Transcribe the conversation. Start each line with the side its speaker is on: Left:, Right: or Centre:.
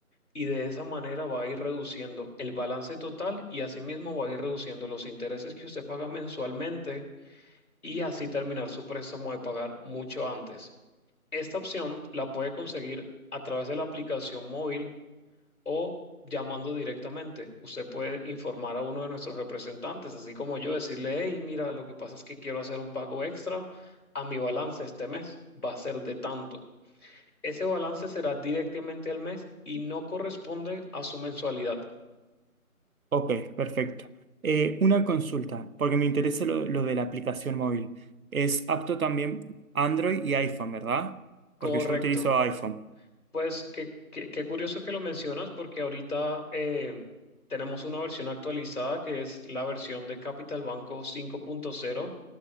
Left: y de esa manera va a ir reduciendo el balance total y asimismo va a ir reduciendo los intereses que usted paga mensualmente y así terminar su préstamo de pagar mucho antes. Esta opción la puede conseguir a través de la aplicación móvil o llamando directamente. Usted puede informar a uno de nuestros representantes, así como yo, decirle, hey, mira, lo que pasa es que quiero hacer un pago extra a mi balance este mes. Va a ser de tanto. Ese balance será directamente al mes y no corresponde a su mensualidad.
Right: Ok, perfecto. Eh, una consulta, porque me interesa lo, lo de la aplicación móvil. Es apto también Android y iPhone, ¿verdad?
Left: Correcto.
Right: Porque yo utilizo iPhone.
Left: Pues qué, qué- qué curioso que lo mencionas porque ahorita eh, tenemos una versión actualizada que es la versión de Capital Banco 5.0